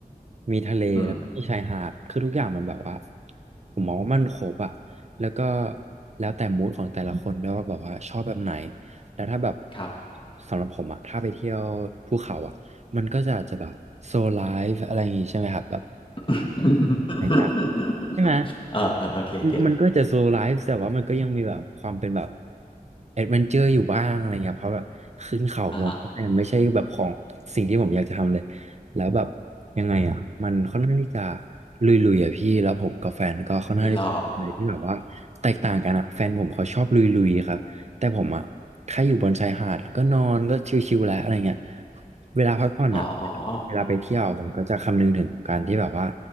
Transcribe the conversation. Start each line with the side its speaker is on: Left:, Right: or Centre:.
Right: มีทะเลแล้วก็มีชายหาดคือทุกอย่างมันแบบว่า
Left: อืม
Right: ผมมองว่ามันครบอ่ะแล้วก็แล้วแต่มูดของแต่ละคนด้วยว่าแบบว่าชอบแบบไหนแล้วถ้าแบบ
Left: ครับ
Right: สำหรับผมอ่ะถ้าไปเที่ยวภูเขาอ่ะ มันก็จะอาจจะแบบโซไลฟ์อะไรอย่างงี้ใช่ไหมครับแบบ
Left: <laughs>
Right: อย่างเงี้ยใช่ไหม
Left: เออเออโอเคเก็ต
Right: มมันก็จะโซไลฟ์แต่ว่ามันก็ยังมีแบบความเป็นแบบแอดเวนเจอร์อยู่บ้างอะไรเงี้ยเพราะแบบขึ้นเขาลงเขามันไม่ใช่แบบของสิ่งที่ผมอยากจะทำเลย
Left: อ่าฮะ
Right: แล้วแบบยังไงอ่ะมันค่อนข้างที่จะลุยๆอ่ะพี่แล้วผมกับแฟนก็ค่อนข้างที่จะเลยที่แบบว่าแตกต่างกันอ่ะแฟนผมเขาชอบลุยๆครับ
Left: หรอ
Right: แต่ผมอะแค่อยู่บนชายหาดแล้วก็นอนก็ชิลๆแล้วอะไรเงี้ยเวลาพักผ่อนอะ
Left: อ๋ออ๋ออ๋อ
Right: เวลาไปเที่ยวผมก็จะคำนึงถึงการที่แบบว่า